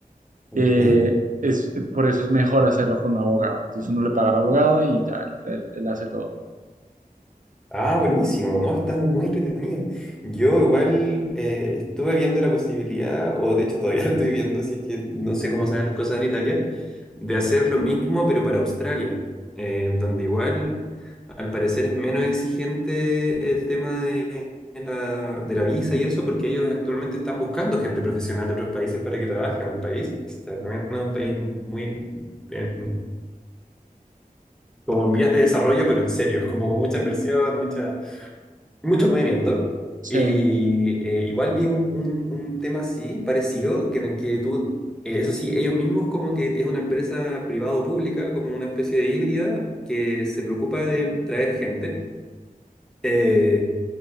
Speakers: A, in the centre; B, on the right.
A: Ok.
B: eh, es, por eso es mejor hacerlo con un abogado. Entonces uno le paga al abogado y ya, él, él- él hace todo.
A: Ah, buenísimo, ¿no? Están muy entretenidos. Yo igual eh, estuve viendo la posibilidad, o de hecho todavía <laughs> lo estoy viendo, si es que no sé cómo se las cosas en Italia, de hacer lo mismo pero para Australia, eh, donde igual al parecer es menos exigente el tema de la, de la visa y eso, porque ellos actualmente están buscando gente profesional de otros países para que trabaje en el país. O sea, También es un país muy, en- como en vías de desarrollo, pero en serio, es como con mucha inversión, mucha... Mucho movimiento.
B: Sí.
A: Y eh, igual vi un, un- un tema así, parecido, que en el que tú, eh, eso sí, ellos mismos como que es una empresa privada o pública, como una especie de híbrida que se preocupa de traer gente. Eh,